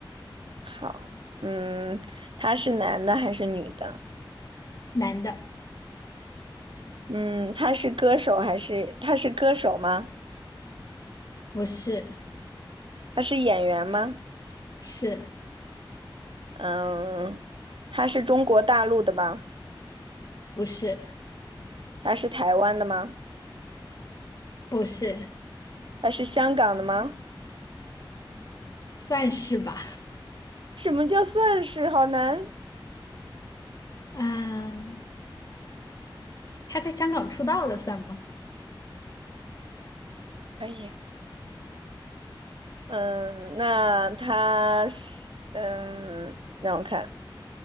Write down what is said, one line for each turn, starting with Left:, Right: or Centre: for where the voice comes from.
Right: 好，嗯，他是男的还是女的？
Left: 男的，
Right: 嗯，他是歌手还是他是歌手吗？
Left: 不是，
Right: 他是演员吗？
Left: 是，
Right: 嗯，他是中国大陆的吗？
Left: 不是，
Right: 他是台湾的吗？
Left: 不是，
Right: 他是香港的吗？
Left: 算是吧。
Right: 什么叫算是？好难。
Left: 嗯，他在香港出道的算吗？
Right: 可以。嗯，那他是嗯，让我看，